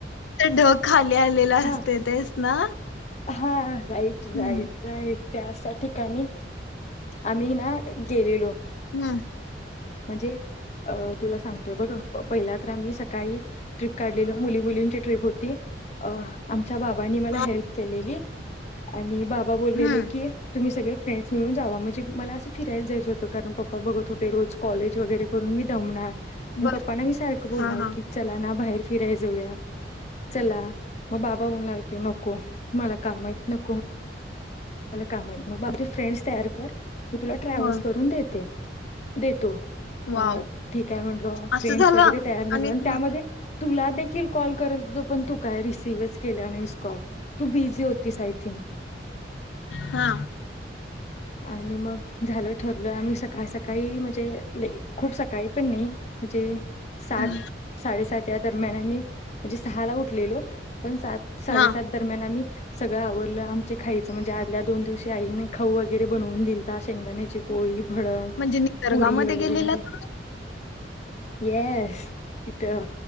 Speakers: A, on the left; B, on the left.
A: ढग खाली ते आलेल
B: हा
A: असतयं. तेच ना?
B: हा. राईट
A: हम्म
B: राईट राईट. त्या अशा ठिकाणी- आम्ही ना गेलेलो
A: हं.
B: म्हणजे, अ -तुला सांगतोय बघ- प पहिल्या- आम्ही सकाळी ट्रिप काढ- एकदा मुली मुलींची ट्रिप होती अ आम्- च्या बाबांनी मला
A: हा
B: हेल्प केलेली. आणि बाब- बाबा बोललेले
A: हम्म
B: की, तुम्ही सगळे- फ्रेंड्स मिळून जावा. म्हणजे, मला असं फिरायला जायचं होतं कारण पप्पा बघत होते रोज- कॉलेज वगैरे करून मी दमणार. मी
A: बर
B: पप्पाना मी सारखं बोलणार
A: हा हा
B: की, चला ना बाहेर- फिराया जाऊया. चला, मग बाबा बोलणार की नको, मला काम आहेत नको. मला काम आहेत, मग बाकी फ्रेंड्स तयार कर- मी तुला ट्रॅव्हल्स
A: बर
B: करून देते. देतो.
A: वाव
B: मग, ठीक आहे म्हटलो,
A: असं
B: फ्रेंडस
A: झालं
B: वगैरे तयार झाले आणि
A: तू
B: त्यामध्ये
A: हा
B: तुला देखील कॉल- खरच ग, पण तू काय रिसिव्हच केला नाहीस कॉल, तू बिझी होतीस आय थिंक.
A: हा.
B: आणि मग झालं ठरलं आम्ही सकाळ सकाळी म्हणजे खूप सकाळी पण नाही म्हणजे- सात,
A: हा
B: साडेसात या दरम्यान आम्ही- म्हणजे सहाला उठलेलो. पण सात साडेसात
A: हा
B: दरम्यान आम्ही- सगळं आवरलं आमच. खायचं म्हणजे आदल्या दोन दिवशी आईनें खाऊ व- वगैरे बनवून दिलता, शेंगदाण्याची पोळी- भडंग
A: म्हणजे निसर्गा
B: पुरी
A: मध्ये
B: वगैरे
A: गेलेलात?
B: म्हणजे येस तिथं